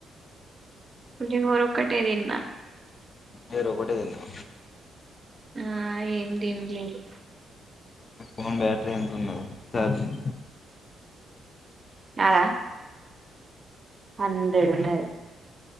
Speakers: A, on the right; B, on the left.
A: పులిహోర ఒక్కటే తిన్నా
B: పులిహోర ఒకటె తిన్నవా
A: ఆ ఏం తిన్లేదు
B: ఫోన్ బ్యాటరీ ఎంత ఉన్నది ఛార్జింగ్
A: నాదా హండ్రెడ్ ఉన్నది